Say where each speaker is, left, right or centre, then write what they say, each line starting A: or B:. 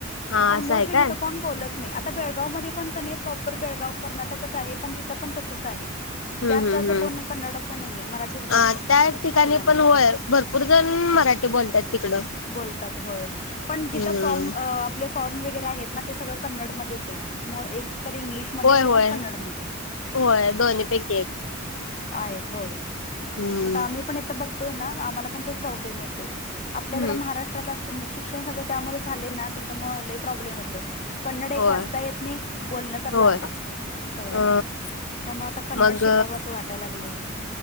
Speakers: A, on the left; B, on the left.
A: हा
B: पण
A: असं
B: मोस्टली
A: आहे काय?
B: तिथं कोण बोलत नाही आता बेळगाव मध्ये पण कनी प्रॉपर बेळगाव कर्नाटकच आहे पण तिथं पण तसंच आहे.
A: हम्म
B: जास्त
A: हम्म
B: असं
A: हम्म.
B: कोण कन्नड असं नाहीये मराठीच बोलतात
A: हा त्या ठिकाणी
B: असं झालेलं
A: पण होय
B: आहे.
A: भरपूर जण मराठी बोलतात तिकडं.
B: बोलतात होय पण जिथं
A: हम्म
B: फॉर्म फॉर्म वगैरे आहेत ना ते सगळ कन्नड मध्येच आहेत एकतर इंग्लिश मध्ये
A: होय
B: किंवा
A: होय
B: कन्नड मध्ये
A: होय दोन्ही पैकी एक
B: आहेत होय म
A: हम्म
B: आता आम्ही पण बघतोय ना आम्हाला पण तोच प्रॉब्लेम येतोय आपल्याकडे
A: हम्म
B: महाराष्ट्रात अस म्हणजे शिक्षण सगळं त्यामध्ये झाले ना त्याच्यामुळे लई प्रॉब्लेम येतो. कन्नडक एक
A: होय
B: वाचता येत नाही बोलणं तर लांबच.
A: होय
B: असं व्हाय
A: अ
B: लागलय त्यामुळे आता कन्नड
A: मग
B: शिकावं असं वाटायला लागलय?